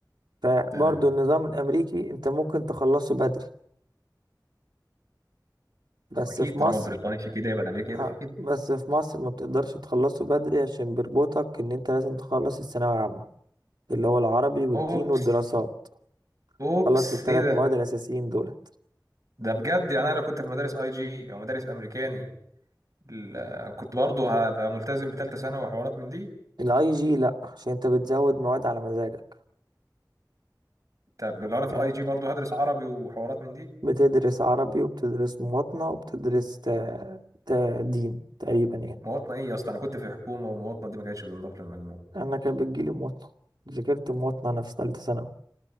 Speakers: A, on the right (about 85°); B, on the right (about 45°).
A: فبرضه
B: تمام
A: النظام الأمريكي أنت ممكن تخلصه بدري بس
B: طب اكيد
A: في
B: طالما
A: مصر
B: البريطاني في كده يبقى الامريكي يبقى
A: آه
B: في كده
A: بس في مصر ما بتقدرش تخلصه بدري عشان بيربطك إن أنت لازم تخلص الثانوية العامة اللي هو العربي والدين
B: اوبس
A: والدراسات
B: اوبس
A: خلص الثلاث
B: ايه ده
A: مواد الأساسيين دولت
B: ده بجد يعني انا لو كنت في مدارس اي جي او مدارس امريكاني ال- كنت برضه هبقى ملتزم بثالثه ثانوي وحوارات من دي
A: الاي جي لأ عشان انت بتزود مواد على مزاجك
B: طب لو انا في
A: فاهم؟
B: الاي جي برضه هدرس عربي وحوارات من دي
A: بتدرس عربي وبتدرس مواطنة وبتدرس تا... تا دين تقريبا يعني
B: مواطنه ايه يا اسطى انا كنت في حكومه ومواطنه دي ما كانتش بتنضاف للمجموع
A: أنا كان بتجيلي مواطنة ذاكرت مواطنة أنا في تالتة ثانوي